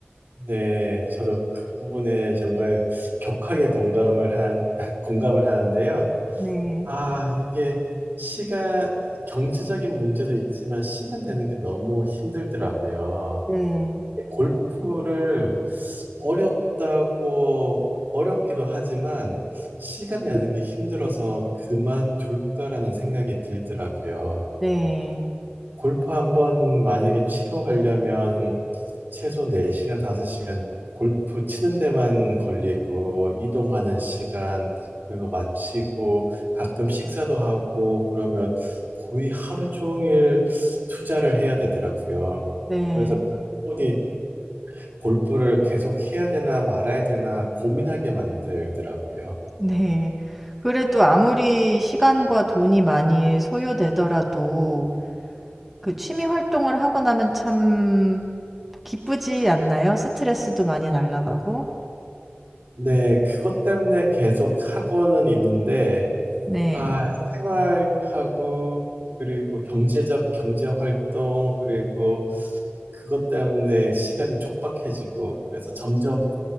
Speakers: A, on the right; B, in the centre.
A: 네, 저도 그 부분에 정말 격하게 동감을 한, <laughs> 공감을 하는데요.
B: 네.
A: 아, 이게 시간, 경제적인 문제도 있지만 시간 되는 게 너무 힘들더라고요.
B: 네.
A: 골프를 어렵다고, 어렵기도 하지만 시간 내는 게 힘들어서 그만둘까라는 생각이 들더라고요.
B: 네.
A: 골프 한번 만약에 치러 가려면 최소 4시간, 5시간 골프 치는 데만 걸리고 이동하는 시간 그리고 마치고 가끔 식사도 하고 그러면 거의 하루 종일 투자를 해야 되더라고요.
B: 네.
A: 그래서 그분이 골프를 계속 해야 되나 말아야 되나 고민하게 만들더라고요.
B: 네. 그래도 아무리 시간과 돈이 많이 소요되더라도 그 취미 활동을 하고 나면 참 기쁘지 않나요? 스트레스도 많이 날아가고.
A: 네, 그것 때문에 계속 하고는 있는데
B: 네.
A: 아, 생활하고, 그리고 경제적, 경제활동, 그리고 그것 때문에 시간이 촉박해지고, 그래서 점점